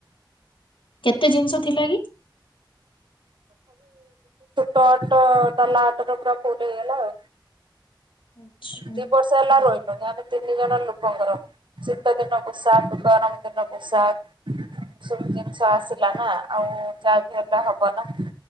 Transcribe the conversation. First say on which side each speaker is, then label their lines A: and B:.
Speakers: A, on the left; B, on the right.
A: କେତେ ଜିନିଷ ଥିଲା କି?
B: ତଟ ଡଲାଅଟ ରେ ପୁର ଫୁଲ ହେଇଗଲା ଆଉ।
A: ଆଚ୍ଛା।
B: ଦି ବର୍ଷ ହେଲା ରହିଲୁଣି ଆମେ ତିନି ଜଣ ଲୋକଙ୍କର। ଶୀତ ଦିନ ପୋଷାକ୍, ଗରମ ଦିନ ପୋଷାକ୍। ସବୁ ଜିନିଷ ଆସିଲା ନା ଆଉ ଯହା ବି ହେଲେ ହବ ନା।